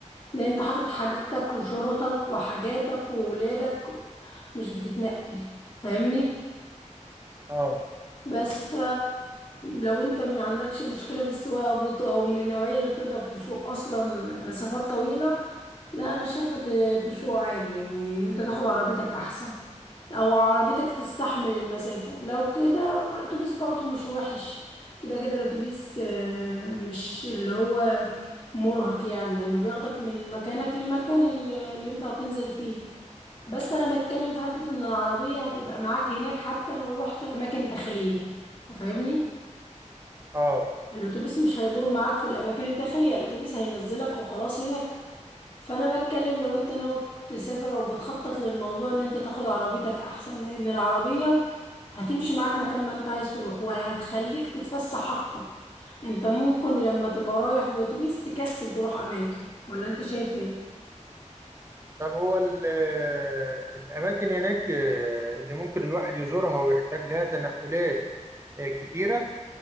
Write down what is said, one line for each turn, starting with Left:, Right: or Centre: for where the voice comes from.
Left: لان انت حاطط حاجتك وشنطك وحاجاتك وولادك مش بتتنقل فاهمني
Right: اه
Left: بس ف لو انت ما عندكش مشكلة في السواقة او بت... او من النوعية اللي بتقدر تسوق اصلا مسافات طويلة لا انا شايفة ت- تسوق عادي يعني ان انت تاخد عربيتك احسن او عربيتك تستحمل المسافة لو كده الاتوبيس برضو مش وحش كده كده الاتوبيس آه، مش اللي هو مرهق يعني لانه بياخدك من مكانك لمكان اللي اللي انت هتنزل فيه بس انا بتكلم في حتة ان العربية هتبقى معاك هناك حتى لو رحت اماكن داخلية فاهمني
Right: اه
Left: الاتوبيس مش هيدور معاك في الاماكن الداخلية الاتوبيس هينزلك وخلاص هناك فانا بتكلم لو انت ناوي تسافر او بتخطط للموضوع ان انت تاخد عربيتك احسن لان العربية هتمشي معاك مكان ما انت عايز تروح وهتخليك تتفسح اكتر انت ممكن لما تبقى رايح باتوبيس تكسل تروح اماكن ولا انت شايف ايه
Right: طب هو ال- آه، الاماكن هناك آه، اللي ممكن الواحد يزورها ويحتاج لها تنقلات آه، كتيره